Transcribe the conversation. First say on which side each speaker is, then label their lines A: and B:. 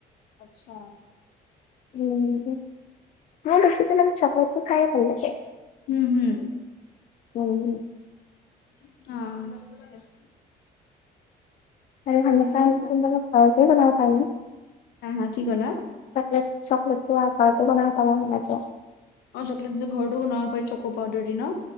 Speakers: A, on the left; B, on the left.
A: আচ্ছা।
B: উম, <unintelligible> চকলেটো খাইৱে ভাল লাগে।
A: হুম, হুম।
B: উম, হুম।
A: অ',
B: আৰু <unintelligible>
A: এনেকে
B: ঘৰতে বনাব পাৰো।
A: হা, হা। কি ক'লা?
B: চকলেট- চকলেটো আমি ঘৰটৈ বনাবো পাৰো।
A: অ', চকলেটো ঘৰটো বনাব পাৰি, চক' পাউডাৰ দি ন।